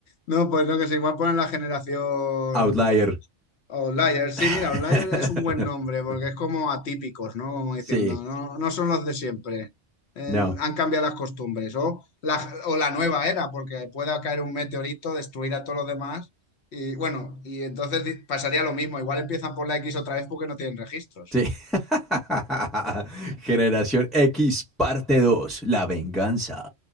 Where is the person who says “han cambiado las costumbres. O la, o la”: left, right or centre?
Left